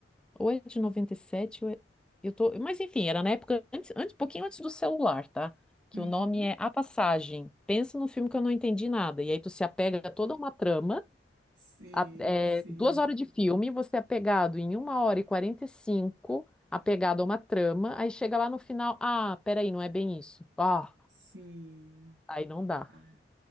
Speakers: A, in the centre; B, on the right (about 85°).
A: ou é de 97 ou é, eu tô, mas enfim, era na época antes, antes, um pouquinho antes do celular, tá? Que
B: Uhum.
A: o nome é A Passagem. Pensa num filme que eu não entendi nada, e aí tu se apega a toda uma trama
B: Sim,
A: a- é,
B: sim,
A: duas horas de filme, você é pegado em uma hora e quarenta e cinco, apegado a uma trama, aí chega lá no final, ah, peraí, não é bem isso. Ah,
B: sim.
A: aí não dá.
B: Ah,